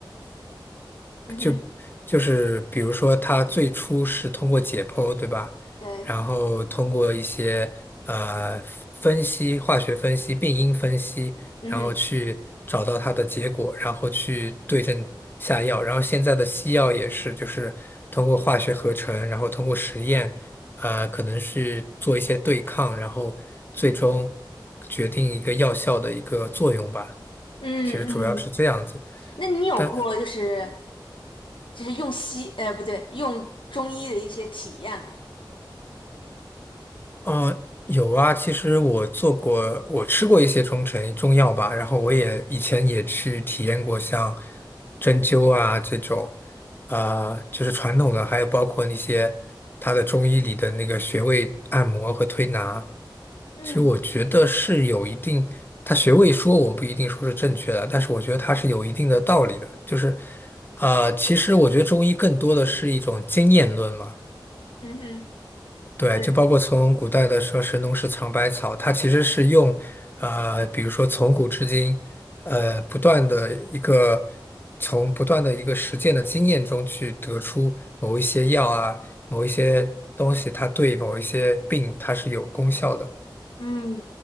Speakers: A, on the left; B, on the left.
A: 嗯哼，
B: 就就是比如说，它最初是通过解剖，对吧？
A: 对，
B: 然后通过一些呃分析、化学分析、病因分析，
A: 嗯哼，
B: 然后去找到它的结果，然后去对症下药。然后现在的西药也是，就是通过化学合成，然后通过实验，呃，可能是做一些对抗，然后最终决定一个药效的一个作用吧。
A: 嗯嗯。
B: 其实主要是这样子。
A: 那你有过就是
B: 但。
A: 就是用西呃不对用中医的一些体验吗？
B: 呃，有啊，其实我做过，我吃过一些中成中药吧，然后我也以前也去体验过像针灸啊这种，啊、就是传统的，还有包括那些它的中医里的那个穴位按摩和推拿，
A: 嗯
B: 其实我觉得是有一定，它穴位说我不一定说是正确的，但是我觉得它是有一定的道理的，就是，啊，其实我觉得中医更多的是一种经验论嘛。
A: 嗯哼，
B: 对，
A: 对，
B: 就包括从古代的说“神农氏尝百草”，它其实是用，呃，比如说从古至今，呃，不断的一个从不断的一个实践的经验中去得出某一些药啊，某一些东西，它对某一些病它是有功效的。
A: 嗯